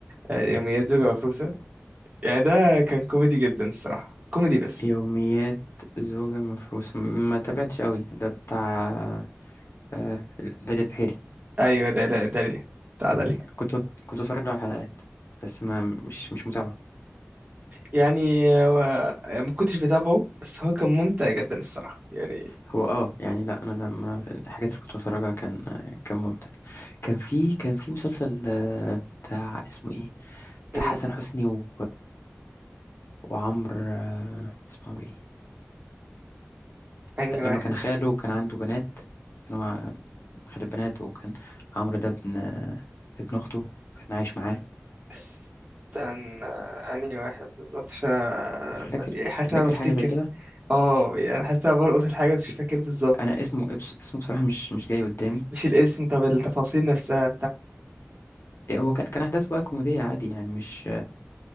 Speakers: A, on the right; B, on the left.
A: آه، يوميات زوجة مفروسة يعني ده كان كوميدي جدا الصراحة كوميدي بس
B: يوميات زوجة مفروسة ما تابعتش قوي ده بتاع آه، داليا البحيري
A: ايوه ده لا ده ليه بتاع ده ليه
B: كنت بت- كنت بتفرج له على الحلقات بس ما مش مش متابعة
A: يعني آه، و- ما كنتش بتابعه بس هو كان ممتع جدا الصراحة يعني
B: هو اه يعني لا انا لما الحاجات اللي كنت بتفرجها كان كان ممتع كان في كان في مسلسل آه، بتاع اسمه ايه بتاع
A: مم.
B: حسن حسني و... وعمرو آه، اسمه عمرو ايه
A: انهي
B: لما
A: واحد
B: كان خاله كان عنده بنات كانوا أحد البنات وكان عمرو ده ابن ابن أخته كان عايش معاه
A: استنى انهي واحد بالظبط عشان أنا-
B: فاكر
A: يعني حاسس
B: فاكر
A: ان انا بفتكر
B: حاجة زي كده
A: اه يعني حاسس ان انا بلقط الحاجة بس مش فاكر بالظبط
B: أنا اسمه اسمه بصراحة مش مش جاي قدامي
A: مش الاسم طب التفاصيل نفسها
B: إيه هو كان كان أحداث بقى كوميدية عادي يعني مش